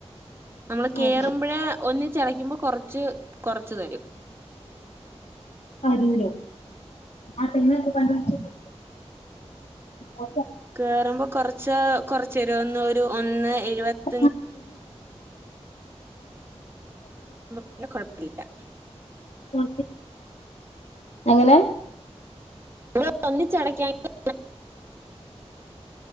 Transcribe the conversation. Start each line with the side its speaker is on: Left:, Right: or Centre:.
Right: നമ്മള് കേയറുമ്പോഴ
Left: ഉം
Right: ഒന്നിച്ചിടയ്ക്കുമ്പോ കൊറച്ച് കൊറച്ച് തരും
Left: <unintelligible> ആ
Right: കേയറ്മ്പോ കുറച്ച് കുറച്ച് ഒരു ഒന്ന് ഒരു എഴുപത്തി
Left: <unintelligible> <unintelligible> <unintelligible>
Right: അപ്പൊ പിന്നെ കൊഴപ്പല്ല
Left: ആ എങ്ങനെ
Right: നമ്മ ഒന്നിച്ചടക്കാങ്കിൽ